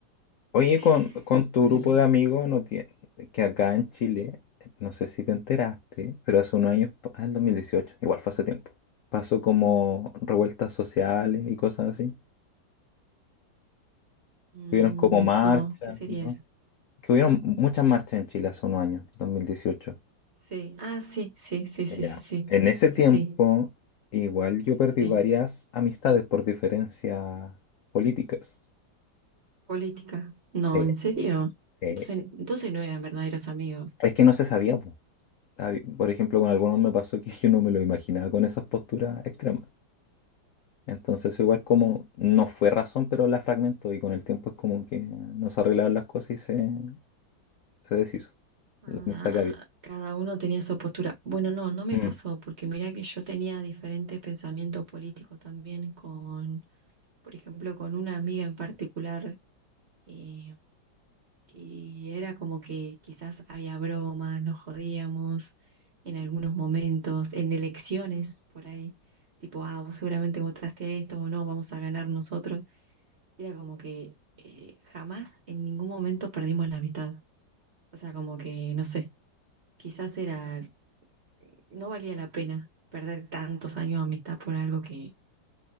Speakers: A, on the left (about 85°); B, on the right (about 45°).
A: Oye,
B: <laughs>
A: con, con tu
B: Ponele.
A: grupo de amigos, no tiene, que acá en Chile, no sé si te enteraste, pero hace unos años, pa- ah, el 2018, igual fue hace tiempo, pasó como revueltas sociales y cosas así.
B: Mm,
A: Que Hubieron como marchas,
B: no, ¿qué sería
A: ¿no?
B: eso?
A: Que hubieron muchas marchas en Chile hace unos años, 2018.
B: Sí, ah, sí, sí, sí,
A: Ya.
B: sí, sí, sí.
A: En ese
B: Eso
A: tiempo,
B: sí,
A: igual yo
B: Sí.
A: perdí varias amistades por diferencias políticas.
B: Política. No,
A: Sí,
B: ¿en serio?
A: sí.
B: Entonces, entonces no eran verdaderos amigos.
A: Es que no se sabía, po. Hab- Por ejemplo, con algunos me pasó que <laughs> yo no me lo imaginaba con esas posturas extremas. Entonces, igual como no fue razón, pero la fragmentó y con el tiempo es como que nos arreglaron las cosas y se, se deshizo
B: Ah,
A: la amistad que había.
B: cada uno tenía su postura. Bueno, no, no me
A: Mm.
B: pasó, porque mirá que yo tenía diferentes pensamientos políticos también con, por ejemplo, con una amiga en particular. eh, Y era como que quizás había bromas, nos jodíamos en algunos momentos, en elecciones por ahí, tipo, ah, vos seguramente votaste a esto o no, vamos a ganar nosotros. Y era como que eh, jamás en ningún momento perdimos la amistad. O sea, como que, no sé, quizás era, no valía la pena perder tantos años de amistad por algo que,